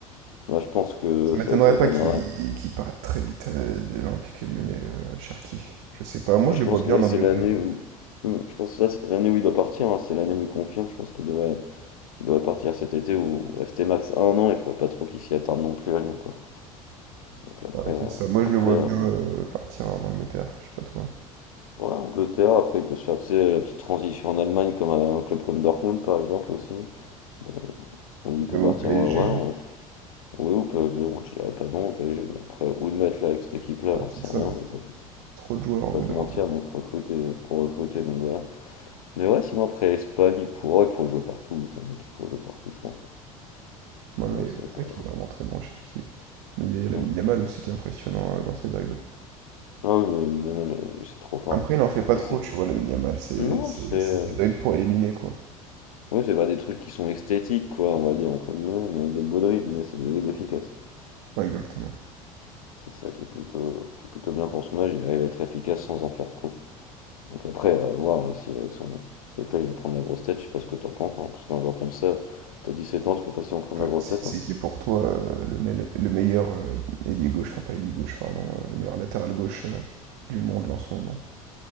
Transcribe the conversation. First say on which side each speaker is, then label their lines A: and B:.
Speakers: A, on the left; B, on the right.
A: Moi, je pense que
B: ça m'étonnerait
A: ça va être sa dernière
B: pas qu'il
A: année.
B: qu'il parte très vite euh, de l'Olympique lyonnais, le Cherki. Je sais pas, moi
A: Bah,
B: je
A: je
B: le
A: pense
B: vois bien
A: que là,
B: en
A: c'est
B: Angleterre.
A: l'année où. Hmm, je pense que là, c'est l'année où il doit partir. hein, C'est l'année où il confirme. Je pense qu'il devrait, qu'il devrait partir cet été ou rester max un an. Il faudrait pas trop qu'il s'y attarde non plus à Lyon, quoi. Donc après,
B: Ouais,
A: euh,
B: c'est ça. Moi je
A: après,
B: le vois
A: euh,
B: bien euh, partir en Angleterre, je sais pas toi.
A: Ouais, Angleterre, après il peut se faire tu sais, la petite transition en Allemagne comme à un club comme Dortmund par exemple aussi, des- où il
B: Ou
A: peut
B: Même
A: partir
B: au PSG.
A: en ouais, en-
B: hein.
A: ouais, au PSG, moi je dirais pas non au PSG, bon après où le mettre là avec cette équipe là,
B: Ouais,
A: j'en
B: c'est
A: sais
B: ça.
A: rien, je vais pas, te je
B: Trop de joueurs
A: vais
B: au
A: pas
B: bout
A: te
B: d'un
A: mentir,
B: moment.
A: donc recruter pour recruter, donc voilà. Mais ouais sinon après Espagne il pourra, il pourrait jouer partout, lui c'est un mec qui pourrait jouer partout je pense.
B: Ouais,
A: hein. Et c'est
B: c'est
A: pas.
B: vrai qu'il est vraiment très bon, Cherki. Il y a Lamine
A: Non.
B: Yamal aussi qui est impressionnant euh, dans ses dribbles.
A: Ah ouais, mais Minamal, euh, lui c'est trop fort.
B: Après, il en fait pas
A: Lui
B: trop,
A: c'est.
B: tu vois, Lamine Yamal. C'est
A: Non,
B: c'est-
A: c'est. euh,
B: c'est des dribles pour éliminer, quoi.
A: Oui, c'est pas des trucs qui sont esthétiques, quoi, on va dire, entre guillemets, mais des beaux dribbles, mais c'est des dribbles efficaces.
B: Ouais, exactement.
A: C'est ça qui est plutôt, qui est plutôt bien pour son âge, il arrive à être efficace sans en faire trop. Donc après, à voir euh, si avec son. Si avec là il va prendre la grosse tête, je sais pas ce que t'en penses, hein, parce qu'un joueur comme ça, t'as 17 ans, tu peux facilement prendre
B: Ouais,
A: la grosse
B: C'est
A: tête.
B: c'est
A: hein.
B: qui est pour toi euh, le, mel- le meilleur euh, ailier gauche, enfin pas ailier gauche, pardon, euh, le meilleur latéral gauche euh, du monde là, en ce moment?